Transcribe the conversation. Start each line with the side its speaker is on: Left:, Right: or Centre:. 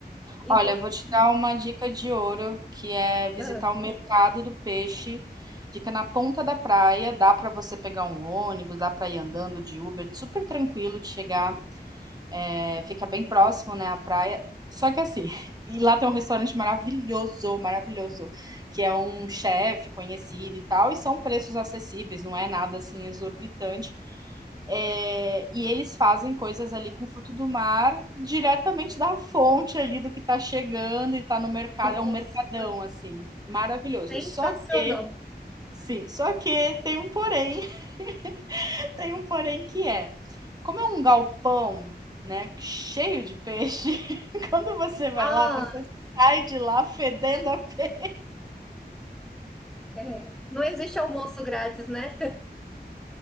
Centre: Então,
Right: Olha,
Centre: assim,
Right: eu vou te dar uma dica de ouro, que é visitar
Centre: ah,
Right: o mercado do peixe. Fica na ponta da praia, dá para você pegar um ônibus, dá para ir andando de Uber, super tranquilo de chegar, eh, fica bem próximo, né, à praia. Só que assim, <laughs> e lá tem um restaurante maravilhoso, maravilhoso, que é um chefe conhecido e tal, e são preços acessíveis, não é nada assim exorbitante. É, e eles fazem coisas ali com fruto do mar diretamente da fonte ali do que está chegando e está no mercado.
Centre: nossa,
Right: É um mercadão, assim, maravilhoso.
Centre: sensacional.
Right: Só que, sim, só que tem um porém, <laughs> tem um porém que é, como é um galpão, né, cheio de peixe, <laughs> quando você vai
Centre: Ah,
Right: lá, você sai de lá fedendo a pena.
Centre: é. Não existe almoço grátis, né?